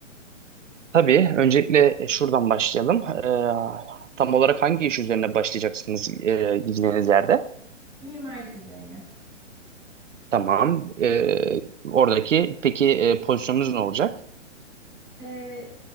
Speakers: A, on the right; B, in the centre.
A: Tabii. Öncelikle e, şuradan başlayalım. Ee, tam olarak hangi iş üzerine başlayacaksınız e, gideceğiniz yerde?
B: Mimarlık üzerine.
A: Tamam. Ee, oradaki peki e, pozisyonunuz ne olacak?
B: Ee,